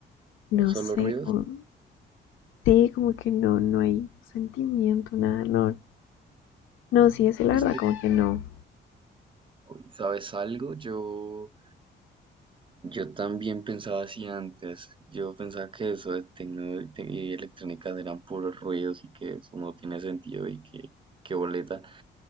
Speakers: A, on the left; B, on the right.
A: no
B: son solo
A: sé,
B: ruidos.
A: como Sí, como que no, no hay sentimiento, nada, no. No, sí, es la
B: Es
A: verdad,
B: que,
A: como que no.
B: uy, ¿sabes algo? Yo, yo también pensaba así antes. Yo pensaba que eso de tecno y te- y electrónica eran puros ruidos y que eso no tiene sentido y que, qué boleta.